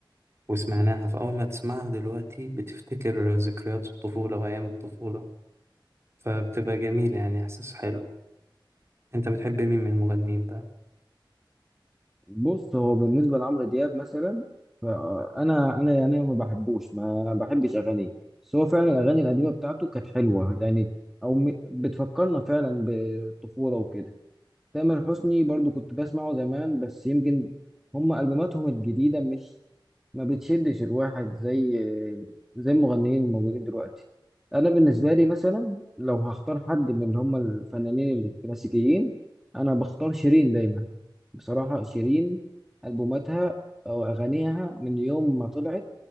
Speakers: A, on the right; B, in the centre.
A: وسمعناها فاول ما تسمعها دلوقتي بتفتكر ذكريات الطفوله وايام الطفوله فبتبقى جميله يعني احساس حلو انت بتحب مين من المغنيين بقى
B: بص هو بالنسبه لعمرو دياب مثلا فانا انا يعني ما بحبوش ما بحبش اغانيه بس هو فعلا الاغاني القديمه بتاعته كانت حلوه يعني او م- بتفكرنا فعلا بالطفوله وكده تامر حسني برضو كنت بسمعه زمان بس يمكن هم ألبوماتهم الجديدة مش ما بتشدش الواحد زي زي المغنيين الموجودين دلوقتي أنا بالنسبة لي مثلا لو هختار حد من اللي هم الفنانين الكلاسيكيين أنا بختار شيرين دايما بصراحة شيرين ألبوماتها أو أغانيها من يوم ما طلعت